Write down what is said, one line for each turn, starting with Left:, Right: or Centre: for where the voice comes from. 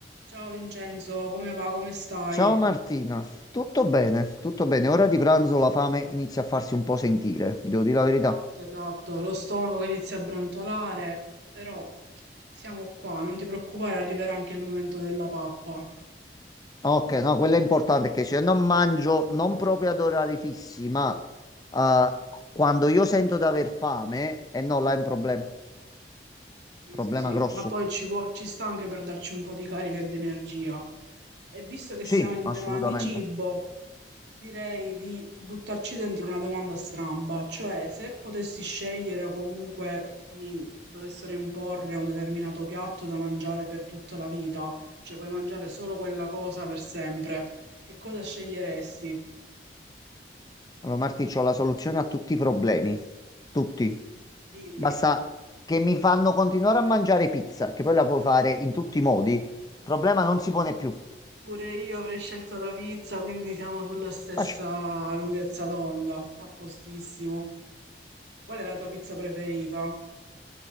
Right: Ciao Vincenzo, come va? Come stai?
Left: Ciao Martina, tutto bene, tutto bene. Ora di pranzo la fame inizia a farsi un po' sentire, vi devo dire la
Right: Esatto,
Left: verità.
Right: esatto, lo stomaco che inizia a brontolare, però siamo qua, non ti preoccupare, arriverà anche il momento della pappa.
Left: Ok, no, quello è importante, che se io non mangio, non proprio ad orari fissi, ma eh, quando io sento di aver fame, e no, là è un problema,
Right: Sì,
Left: problema
Right: sì, sì,
Left: grosso.
Right: ma poi ci vuo- ci sta anche per darci un po' di carica e di energia. E visto che
Left: Sì,
Right: siamo in
Left: assolutamente.
Right: tema di cibo, Direi di buttarci dentro una domanda stramba, cioè se potessi scegliere o comunque ti dovessero imporre un determinato piatto da mangiare per tutta la vita, cioè puoi mangiare solo quella cosa per sempre, che cosa sceglieresti?
Left: Allora Marti, c'ho la soluzione a tutti i problemi, tutti.
Right: Dimmi.
Left: Basta che mi fanno continuare a mangiare pizza, che poi la puoi fare in tutti i modi, il problema
Right: No,
Left: non si pone più.
Right: pure io avrei scelto la pizza, quindi siamo sulla stessa
Left: Facile.
Right: lunghezza d'onda, a postissimo. Qual è la tua pizza preferita?